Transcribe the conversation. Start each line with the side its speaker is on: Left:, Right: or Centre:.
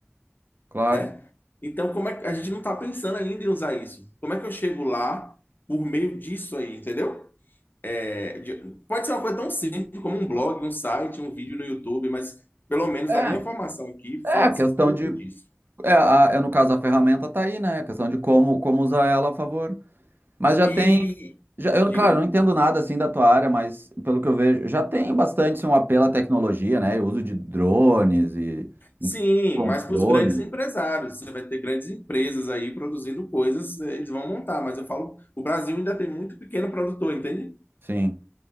Right: claro.
Left: né? Então, como é que a gente não está pensando ainda em usar isso? Como é que eu chego lá por meio disso aí, entendeu? É, de- pode ser uma coisa tão simples como um blog, um site, um vídeo no YouTube, mas pelo menos
Right: É,
Left: na minha formação aqui fala-se
Right: é a questão
Left: pouco
Right: de
Left: disso.
Right: É, a- é, no caso, a ferramenta tá aí, né? A questão de como, como usar ela a favor. Mas já
Left: E
Right: tem. Já, eu,
Left: diga,
Right: claro, não entendo nada assim da tua área, mas pelo que eu vejo, já tem bastante assim, um apelo à tecnologia, né? E O uso de drones e
Left: sim,
Right: e controle.
Left: mas para os grandes empresários, você vai ter grandes empresas aí produzindo coisas, eles vão montar, mas eu falo, o Brasil ainda tem muito pequeno produtor, entende?
Right: Sim,